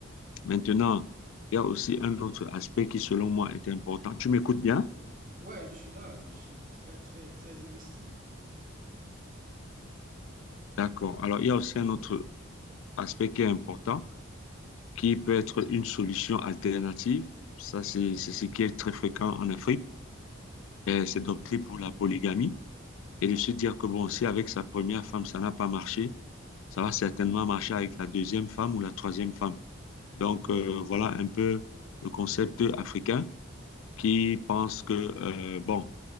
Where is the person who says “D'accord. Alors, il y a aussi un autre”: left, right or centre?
Left